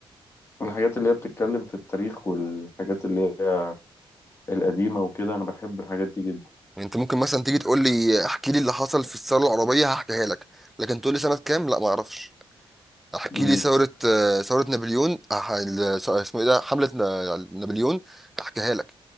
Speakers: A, on the left; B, in the centre.
A: الحاجات اللي هي بتتكلم في التاريخ والحاجات اللي هي القديمه وكده انا بحب الحاجات دي جدا
B: يعني انت ممكن مثلا تيجي تقول لي احكي لي اللي حصل في الثوره العربيه هحكيها لك لكن تقول لي سنه كام لا ما اعرفش احكي
A: مم.
B: لي ثوره آه، ثوره نابليون أح- ال- ث- اسمه ايه ده حمله نا- نابليون احكيها لك